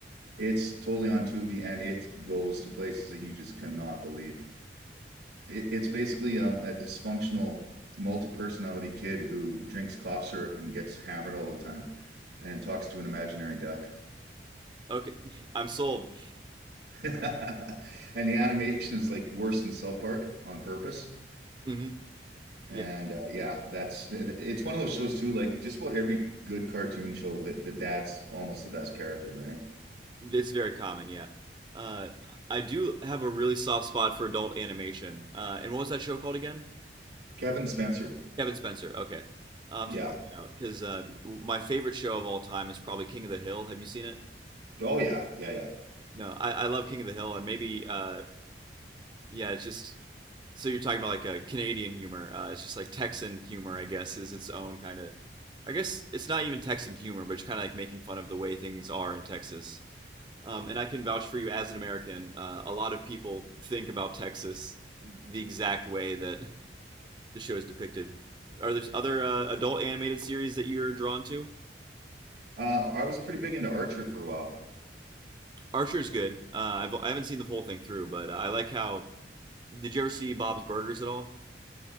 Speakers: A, on the right; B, on the right.
A: It's totally on Tubi and it goes to places that you just cannot believe. It, it's basically um, a dysfunctional multi-personality kid who drinks cough syrup and gets hammered all the time and talks to an imaginary duck.
B: Okay, <laughs> I'm sold.
A: <laughs> And the animation is like worse than South Park on purpose.
B: hmm
A: And
B: Yeah,
A: uh, yeah, that's it- it's one of those shows too. Like just about every good cartoon show, the, the dad's almost the best character, right?
B: it's very common. Yeah, uh, I do have a really soft spot for adult animation. Uh, and what was that show called again?
A: Kevin Spencer.
B: Kevin Spencer. Okay, I'll have
A: Yeah.
B: to check it out because uh, my favorite show of all time is probably King of the Hill. Have you seen it?
A: Oh yeah, yeah, yeah.
B: No, I, I love King of the Hill, and maybe uh, yeah, it's just so you're talking about like a Canadian humor. Uh, it's just like Texan humor, I guess, is its own kind of. I guess it's not even Texan humor, but it's kind of like making fun of the way things are in Texas. Um, and I can vouch for you as an American. Uh, a lot of people think about Texas the exact way that the show is depicted. Are there other uh, adult animated series that you're drawn to?
A: Uh, I was pretty big into Archer for a while.
B: Archer's good. Uh, I've, I haven't seen the whole thing through, but uh, I like how. Did you ever see Bob's Burgers at all?